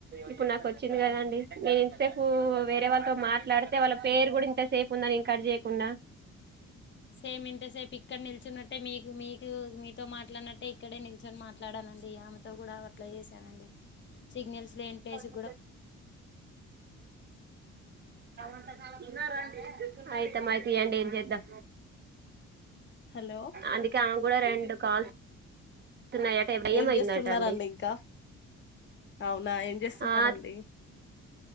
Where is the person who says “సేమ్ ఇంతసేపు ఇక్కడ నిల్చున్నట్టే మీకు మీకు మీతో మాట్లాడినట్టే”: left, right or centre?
Left